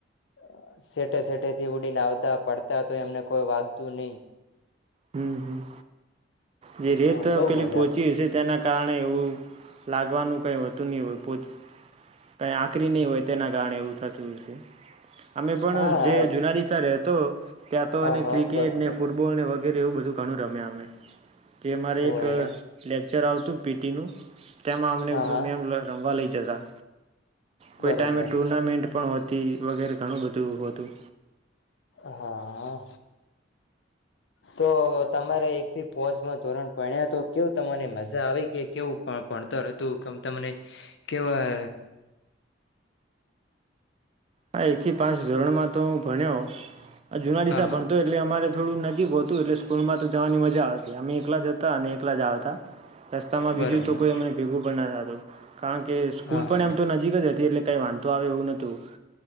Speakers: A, on the left; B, on the right.
A: આ સેટે સેટેથી ઉડીને આવતા પડતા તો એમને કોઈ વાગતું ની.
B: હમ હમ જે રેત
A: હા બઉ
B: પેલી
A: મજા
B: પોચી હશે ત્યાં ન કારણે એવું લાગવાનું કંઈ હોતું ની હોય પોચ કઈ આકરી નહીં હોય તેના કારણે એવું થતું છે. અમે પણ
A: હા
B: જે જુના નિશાળે તો ત્યાં તો
A: હા
B: ને
A: હા
B: ક્રિકેટ
A: બરોબર
B: ને ફૂટબોલ ને વગ <unintelligible> એવું બધું ઘણું રમ્યા અમે. તે મારે
A: હોય
B: એક લેક્ચર આવતું પી ટી નું તેમાં અમને
A: હા
B: બધું
A: હા
B: મેમ રમવા લઈ જતા. કોઈ
A: બરોબર
B: ટાઈમે ટૂર્નામેન્ટ પણ હોતી વગેરે. ઘણું બધું હતું
A: હા. તો તમારે એકથી પોજમાં ધોરણ ભણ્યા તો કેવું તમાને મજા આવી કે કેવું ભ ભણતર હતું કેમ તમને કેવા
B: હા એક થી પાંચ ધોરણમાં તો હું ભણ્યો આ જુના
A: હા
B: <unintelligible>
A: હા
B: ભણતો એટલે અમારે થોડું નજીક હોતું એટલે સ્કૂલમાં તો જવાની મજા આવતી અમે એકલા જ હતા અને એકલા જ આવતા. રસ્તામાં
A: બરોબર
B: બીજું તો કોઈ અમને ભેગું પણ ના થ <inaudible> કારણ કે સ્કૂલ
A: હા
B: પણ
A: હા
B: એમ તો નજીક જ હતી એટલે કઈ વાંધો આવે એવું નતું.